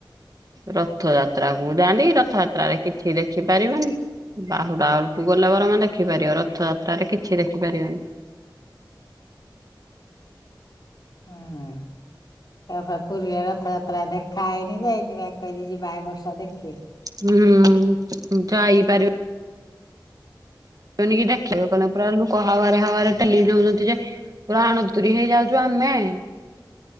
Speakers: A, on the right; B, on the left.
A: ରଥଯାତ୍ରା କୁ ଯାଆନ୍ତି କି ରଥଯାତ୍ରା ଦେଖି କିଛି ଦେଖି ପାରିବନି ବାହୁଡା ବେଳକୁ ଗଲେ ବଂର ଆମେ ଦେଖିପାରିବ ରଥଯାତ୍ରାରେ କିଛି କିଛି ଦେଖିପାରିଵାନି।
B: ଉଁ ଉଁ <unintelligible> ପୁରୀରେ ରଥଯାତ୍ରା ଦେଖା ହେଇନି ଯେ ହେଇଥିପାଇଁ କହିଲି ଯିବା ଏ ବର୍ଷ ଦେଖି -
A: ହୁଁ ଯାଇପାରିବ <unintelligible> ଦେଖିବାକୁ ଗଲେ ପୁରା ଲୋକ ହାୱାରେ ହାୱାରେ ଟେଲି ନୋଉଛନ୍ତି ଯେ ପୁରା ଆଣତୁୁରୀ ହେଇଯାଉଚୁ ଆମେ -